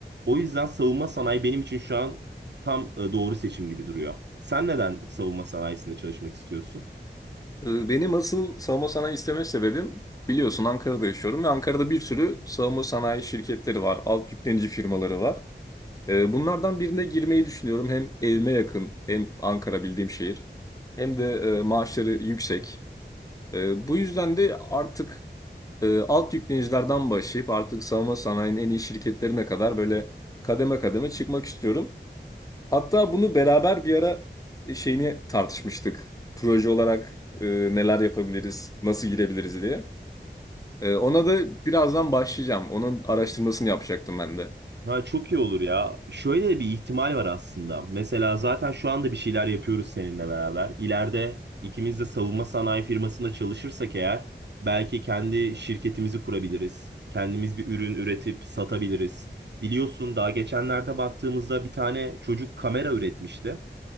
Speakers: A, on the right; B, on the left.
A: O yüzden savunma sanayi benim için şu an tam e, doğru seçim gibi duruyor. Sen neden savunma sanayisinde çalışmak istiyorsun?
B: Ee, Benim asıl savunma sanayi isteme sebebim biliyorsun Ankara'da yaşıyorum ve Ankara'da bir sürü savunma sanayi şirketleri var, alt yüklenici firmaları var. Ee, Bunlardan birine girmeyi düşünüyorum. Hem evime yakın, hem Ankara bildiğim şehir, hem de e, maaşları yüksek. Ee, Bu yüzden de artık e, alt yüklenicilerden başlayıp artık savunma sanayinin en iyi şirketlerine kadar böyle kademe kademe çıkmak istiyorum. Hatta bunu beraber bir ara e, şeyini tartışmıştık. Proje olarak e, neler yapabiliriz, nasıl girebiliriz diye. E, ona da birazdan başlayacağım. Onun araştırmasını yapacaktım ben de.
A: Ha, çok iyi olur ya. Şöyle de bir ihtimal var aslında. Mesela zaten şu anda bir şeyler yapıyoruz seninle beraber. İleride ikimiz de savunma sanayi firmasında çalışırsak eğer belki kendi şirketimizi kurabiliriz. Kendimiz bir ürün üretip satabiliriz. Biliyorsun daha geçenlerde baktığımızda bir tane çocuk kamera üretmişti